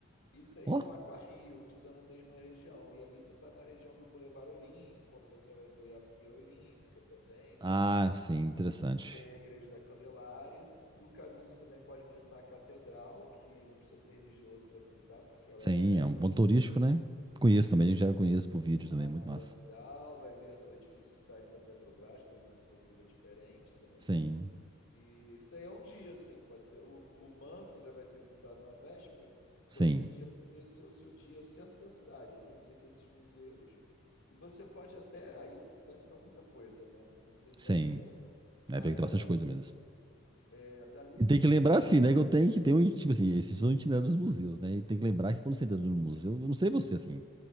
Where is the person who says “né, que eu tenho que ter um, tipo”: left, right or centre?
Right